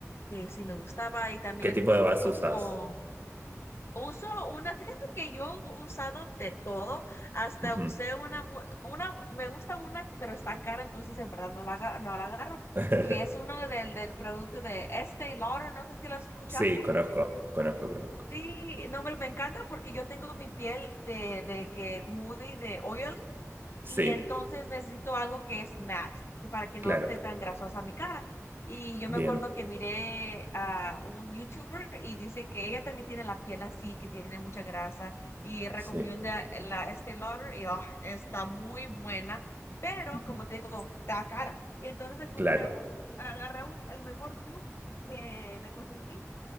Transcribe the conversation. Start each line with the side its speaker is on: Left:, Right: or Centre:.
Left: que sí me gustaba y también
Right: ¿Qué tipo de vas
Left: como
Right: usas?
Left: uso una, fíjate que yo he usado de todo, hasta
Right: Ujú.
Left: usé una, mu- una, me gusta una, pero está cara, entonces en verdad no la, aga- no la agarro.
Right: <laughs>
Left: Y es uno del, del producto de Estée Lauder, no sé si lo has escuchado.
Right: Sí, conozco, conozco, conozco.
Left: Sí, no, me, me encanta porque yo tengo mi piel de, de que muy de oily y
Right: Sí,
Left: entonces necesito algo que es matte, que para que no
Right: claro,
Left: esté tan grasosa mi cara. Y yo
Right: bien,
Left: me acuerdo que miré a un YouTuber y dice que ella también tiene la piel así, que tiene mucha grasa y recomienda
Right: sí,
Left: la Estée Lauder y ah, está muy buena, pero
Right: ujú,
Left: como te digo, está cara. Y entonces me compré
Right: Claro,
Left: un, agarré un, el mejor dupe que me conseguí,